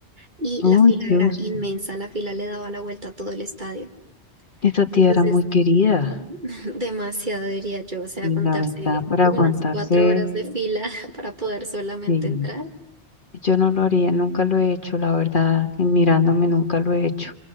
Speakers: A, on the right; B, on the left.
A: y
B: Oh,
A: la fila
B: Dios.
A: era inmensa, la fila le daba la vuelta a todo el estadio.
B: Esta tía
A: Entonces,
B: era muy querida.
A: <laughs> demasiado diría yo, o sea,
B: Y
A: contarse
B: la verdad, para
A: unas
B: aguantarse,
A: cuatro horas de fila <laughs> para poder solamente
B: eh,
A: entrar.
B: yo no lo haría, nunca lo he hecho, la verdad, y mirándome nunca lo he hecho.